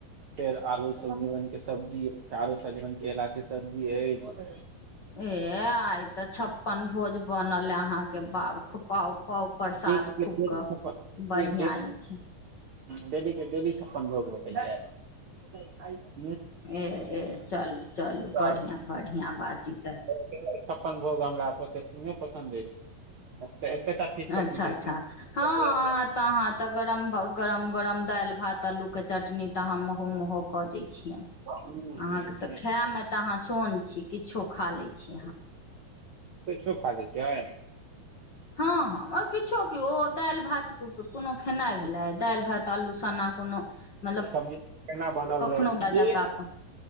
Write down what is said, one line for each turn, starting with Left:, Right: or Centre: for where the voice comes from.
Right: फेर आलू सजवन के सब्जी अईछ आलू सजमनि केलाक के सब्जी ह
Left: ए आइत <unintelligible> तऽ छप्पन भोज बनल अहाँके बउ खु पाउ पाउ प्रसाद
Right: डेली के
Left: खूब कऽ। बढ़िआँ अछि।
Right: डेली के डेली छप्पन भोग बटल जा <unintelligible>
Left: ए ए चलू चलू
Right: तऽ
Left: बढ़िआँ बढ़िआँ बात ई तऽ
Right: छप्पन भोग हमरा ओतेक नहि पसन्द अछि! तचीजपट
Left: अच्छा
Right: उठ
Left: अच्छा
Right: छी
Left: हँ
Right: <unintelligible>
Left: अहाँ तऽ अहाँ तऽ गरम गरम गरम दालि भात आल्लूके चटनी तऽ अहाँ महो महो कऽ दै छिअनि
Right: हूं हूं
Left: अहाँके
Right: हूं
Left: तऽ खाय मे तऽ अहाँ सोन छी किछो खा लै छी अहाँ
Right: त छ खाली छै <unintelligible>
Left: हँ हँ ओइ किछो के ओ दालि भात कोनो खेनाइ भेलै दालि भात आलू सना कोनो मतलब
Right: सबजी केना बनल
Left: कखनो
Right: रहै सबजी
Left: ब जाक
Right: <unintelligible>
Left: अपन